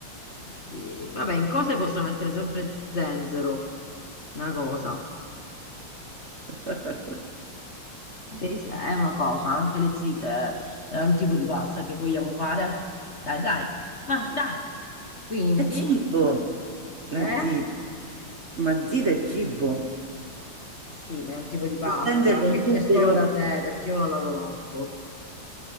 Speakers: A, on the left (about 35°); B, on the right (about 40°).
A: Sì. Vabbè, in cose posso mettere sempre zenzero, una cosa.
B: <laughs>
A: Sì, sì, è una cosa, anche le zite è un tipo di pasta che vogliamo fare. Dai, dai, vai, dai. Quindi,
B: È cibo, la
A: eh?
B: zita, ma zita è cibo.
A: Sì, ma è un tipo di pasta
B: Il Pensano
A: che
B: è un tubero,
A: c'è solo da te perché io non la conosco.